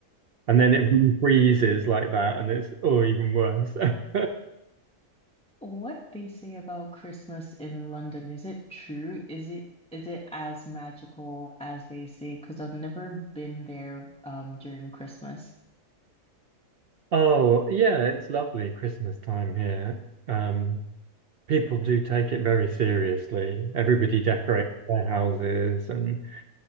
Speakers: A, on the right; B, in the centre.
A: and then it really freezes like that and it's oh, even worse. <laughs>
B: What they say about Christmas in London, is it true? Is it is it as magical as they say? Because I've never been there um during Christmas.
A: Oh, yeah, it's lovely Christmas time here. Um, people do take it very seriously. Everybody decorates their houses, and